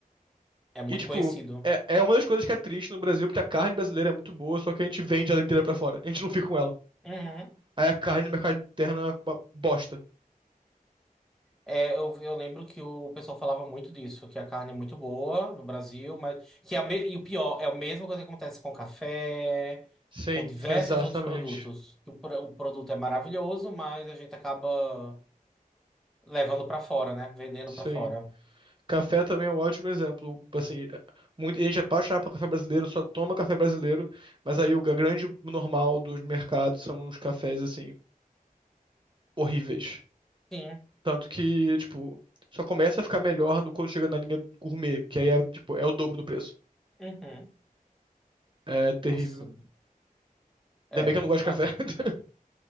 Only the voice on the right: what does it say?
E, tipo,
é, é uma das coisas que é triste no Brasil, porque a carne brasileira é muito boa, só que a gente vende ela inteira pra fora. A gente não fica com ela.
Aí a carne no mercado interno é uma bosta.
Sim,
<laughs> exatamente.
Sim.
Café também é um ótimo exemplo. Assim, muita gente é apaixonada por café brasileiro, só toma café brasileiro, mas aí o a grande normal dos mercados são os cafés, assim, horríveis.
Tanto que, tipo, só começa a ficar melhor no- quando chega na linha gourmet, que aí é, tipo, é o dobro do preço.
É terrível.
Ainda bem que eu não gosto de café. <laughs>